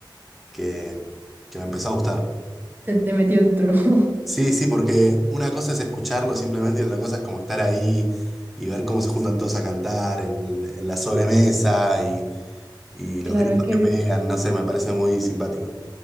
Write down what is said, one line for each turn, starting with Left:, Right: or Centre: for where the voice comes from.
Centre: que, que me empezó a gustar.
Right: Se te metió dentro. <laughs>
Centre: Sí, sí, porque una cosa es escucharlo simplemente y otra cosa es como estar ahí y ver cómo se juntan todos a cantar en, en la sobremesa y, y los
Right: Claro,
Centre: gritos
Right: es que
Centre: que
Right: vi-
Centre: pegan, no sé, me parece muy simpático.